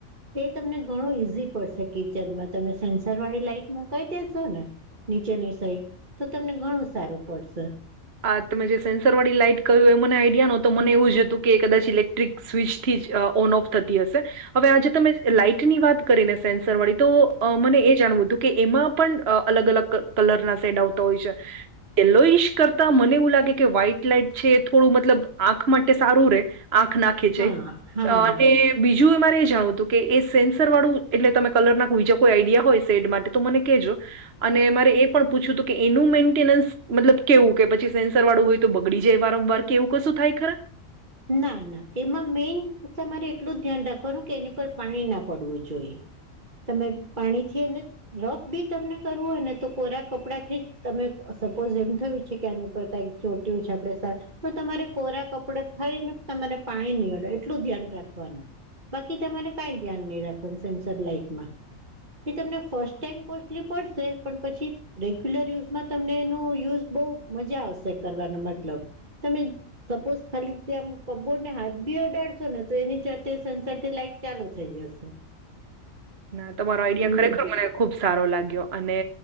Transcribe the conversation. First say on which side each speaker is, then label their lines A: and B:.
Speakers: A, on the right; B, on the right.
A: તે તમને ઘણું ઈઝી પડશે કિચનમાં તમે સેન્સર વાળી લાઈટ મોકઈ દેશો ને નીચેની સઈ તો તમને ઘણું સારું પડશે
B: આ તમે જે સેન્સર વાળી લાઈઇટ કર્યું એ મને આઈડિયા નતો મને એવું જ હતું કે કદાચ ઇલેક્ટ્રિક સ્વિચ થી જ ઓન ઓફ થતી હશે હવે આજે તમે લાાઈટ ની વાત કરીને સેન્સર વાળી તો મને એ જાણવું હતું કે એમાં પણ અલગ અલગ કલર ના સેડ આવતા હોય છે લોશ કરતા મને એવું લાગે કે્ાઈટ લાાઈટ છે થોડું મતલબ આંખ માટે સારું રે આંખ નાખ રાખે છે
A: હા હા
B: અને બીજું એ મારે એ જાણવું હતું કે એ સેન્સર વાળું એટલે તમે કલર ના બીજા કોઈ આઈડિયા હોય સેડ માટે મને કજો અને મારે એ પણ પૂછ્યું હતું કે એનું મેન્ટેનન્સ મતલબ કેવું કે પછી સેન્સર વાળું હોય તો બગડી જાય વારંવાર કે એવું કશું થાય ખરા
A: ના ના એમાં મેઈન તમારે એટલું જ ધ્યાન રાખવાનું કે એની પર પાણી ના પડવું જોઈએ તમે પાણી છ ને રફ બી તમને કરવું હોય ને તો કોરા કપડા થી જ તમે સપોઝ એમ થયું છે કે આની પર કઈક ચોટ્યું છે આપડે સર તો તમારે કોરા કપડા ખરીને તમારે પાણી નહી અડે એટલું ધ્યાન રાખવાનું બાકી તમારે કઈ ધ્યાન નહી રાખવા સેન્સર લાઈટ માં કે તમને ફસ્ટ ટાઈમ કોસ્ટલી પડશે પણ પછી રેગ્યુલર યુઝમાં તમને એનો યુઝ બહ મજા આવશે કરવાનો મતલબ તમે સપોઝ ખાલી કબૂરને હાથ બીઓ ડળશો ને તો એની જાતે સંસારથી લાઈટ ચાલુ થઈ જશે
B: ના તમારો આઈડિયા
A: હમ
B: ખરેખર મને ખુબ સારો લાગ્યો અને